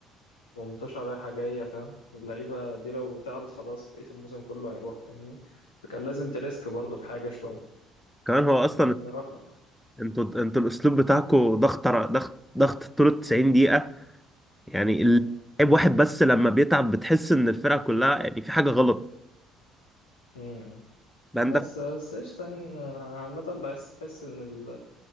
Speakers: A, on the left; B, in the centre.
A: ومنتشرة رايحة جاية فاهم اللعيبة دي لو تعبت خلاص بقية الموسم كله هيروح فاهمني فكان لازم تريسك برضه في حاجة شوية
B: كمان هو اصلا
A: فاهمني رغم
B: انتوا انتوا الاسلوب بتاعكم ضغط ر- ضغط ضغط طول 90 دقيقه يعني اللعيب
A: مم.
B: واحد بس لما بيتعب بتحس ان الفرقه كلها يعني في حاجه غلط
A: مم.
B: ده عندك
A: بس بس قشطة يعني أنا عامة بحس بحس إن ال...